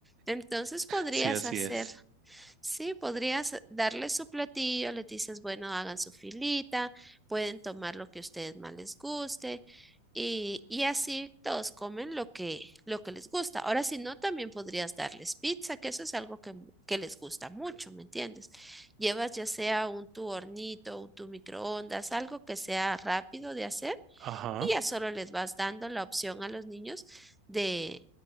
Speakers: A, in the centre; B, on the right.
A: Entonces podrías
B: Sí, así
A: hacer
B: es.
A: Sí, podrías darle su platillo, les dices, bueno, hagan su filita, pueden tomar lo que a ustedes más les guste y, y así todos comen lo que, lo que les gusta. Ahora, si no, también podrías darles pizza, que eso es algo que, mu- que les gusta mucho, ¿me entiendes? Llevas ya sea un tu hornito, un tu microondas, algo que sea rápido de hacer
B: Ajá.
A: y ya solo les vas dando la opción a los niños de,